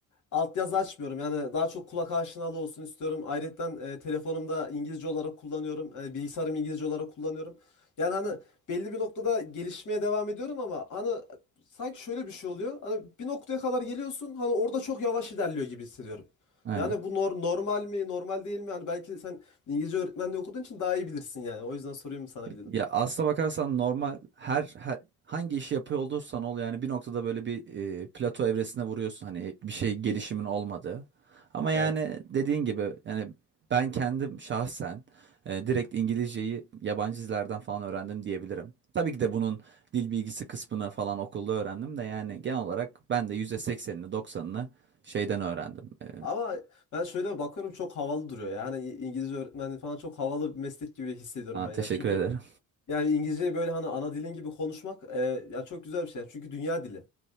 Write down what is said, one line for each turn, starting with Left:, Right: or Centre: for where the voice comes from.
Left: altyazı açmıyorum. Yani daha çok kulak aşinalı olsun istiyorum. Ayrıca telefonumda İngilizce olarak kullanıyorum. E, bilgisayarım İngilizce olarak kullanıyorum. Yani hani belli bir noktada gelişmeye devam ediyorum ama hani sanki şöyle bir şey oluyor. Hani bir noktaya kadar geliyorsun hani orada çok yavaş ilerliyor gibi hissediyorum.
Right: evet.
Left: Yani bu nor- normal mi normal değil mi? Yani belki sen İngilizce öğretmenliği okuduğun için daha iyi bilirsin yani. O yüzden sorayım sana bir dedim.
Right: Ya aslına bakarsan normal her, her hangi işi yapıyor olursan ol yani bir noktada böyle bir e, plato evresine vuruyorsun hani bir şey gelişimin olmadığı. Ama yani
Left: Evet.
Right: dediğin gibi yani ben kendim şahsen e, direkt İngilizceyi yabancı dizilerden falan öğrendim diyebilirim. Tabii ki de bunun dil bilgisi kısmını falan okulda öğrendim de yani genel olarak ben de %80'ini 90'ını şeyden öğrendim. E,
Left: Ama ben şöyle bakıyorum çok havalı duruyor ya. Hani İngilizce öğretmenliği falan çok havalı bir meslek gibi hissediyorum
Right: aa,
Left: ben
Right: teşekkür
Left: yani. Çünkü
Right: ederim.
Left: yani İngilizceyi böyle hani ana dilin gibi konuşmak e, ya çok güzel bir şey. Yani çünkü dünya dili